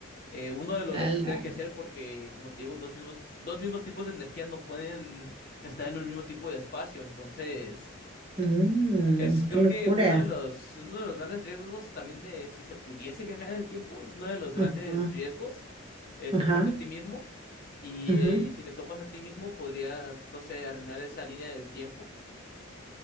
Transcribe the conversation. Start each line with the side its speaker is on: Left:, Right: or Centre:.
Left: Eh, uno de los
Right: Ala.
Left: dos tendría que ser porque, como te digo, dos mismos, dos mismos tipos de energía no pueden estar en el mismo tipo de espacio. Entonces,
Right: Mm,
Left: es creo
Right: qué locura.
Left: que uno de los, es uno de los grandes riesgos también de si se pudiese viajar en el tiempo, es uno de los grandes
Right: Ajá,
Left: riesgos eh,
Right: ajá,
Left: toparte a ti mismo. Y
Right: ajá.
Left: eh, si te topas a ti mismo, podrías, no sé, arruinar esa línea del tiempo.